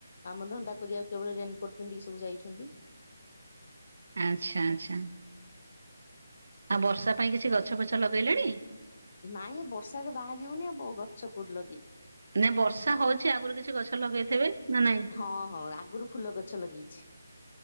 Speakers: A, on the left; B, on the right.
A: କାମଧନ୍ଦା କରିବାକୁ କେବଳ ରେନକୋଟ ପିନ୍ଧିକି ସବୁ ଯାଇଛନ୍ତି
B: ଆଚ୍ଛା ଆଛା ଆଉ ବର୍ଷା ପାଇଁ କିଛି ଗଛ ଫଛ ଲଗେଇଲେଣି
A: ନାଇଁ ଏ ବର୍ଷା ରେ ବାହାରି ହଉନି ଆ ବ ଗଛ କୋଉଠି ଲଗେଇବି
B: ନା ବର୍ଷା ହଉଛି ଆଗରୁ କିଛି ଗଛ ଲଗେଇଥିବେ ନା ନାଇଁ
A: ହଁ ହଁ ଆଗରୁ ଫୁଲ ଗଛ ଲଗେଇଛି